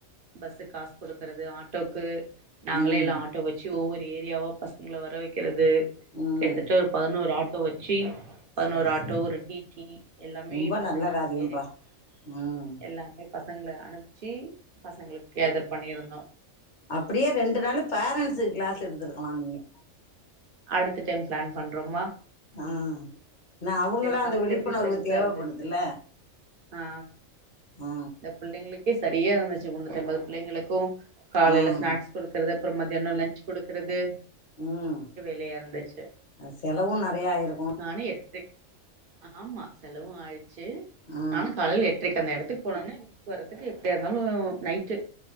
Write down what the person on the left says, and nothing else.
ம்
ம்
சரி
சரி
ரொம்ப
நல்ல காரியம்ப்பா
ம்
அப்டியே ரெண்டு நாளு பேரண்ட்ஸுக்கு கிளாஸ் எடுத்துருக்லா நீங்க
அ நா அவுங்களா
அந்த விழிப்புணர்வு
தேவப்படுதுல
ஆ
ம்
ம்
செலவும் நெறையா ஆயிருக்கு
ஆ